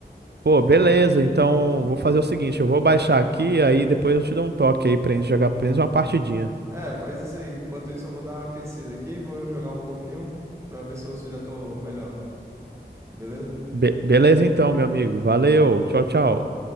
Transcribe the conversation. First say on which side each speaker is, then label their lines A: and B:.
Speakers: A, on the right; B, on the right.
A: Pô, beleza. Então vou fazer
B: Te-
A: o seguinte, eu vou baixar aqui, aí depois eu te dou um toque aí pra gente jogar pelo menos uma partidinha.
B: É, faz isso aí. Enquanto isso, eu vou dar uma aquecida aqui. Vou jogar um pouquinho pra ver se eu já tô melhor. Beleza?
A: Be- beleza então, meu amigo. Valeu. Tchau, tchau.